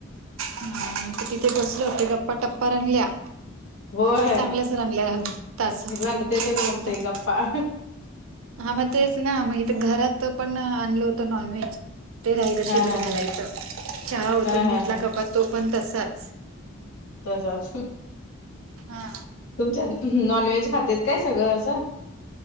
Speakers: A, on the right; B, on the left.
A: ह आणि ते तिथे बसले होते, गप्पा-टप्पा रंगल्या
B: होय
A: चांगलंच रंगल्या, तास
B: रंगतेतच
A: एक तास दीड
B: मग ते
A: तास
B: गप्पा हा
A: हा मग तेच ना, मग इथ घरात पण आणल होत नॉनव्हेज, ते रा शिजत
B: हा
A: घालायच,
B: हा
A: चहा ओतून
B: हा हा
A: घेतला
B: हा
A: कपात, तो पण तसाच
B: तसाच,
A: हा
B: तुमच्यात नॉनव्हेज खातेत काय सगळं असं?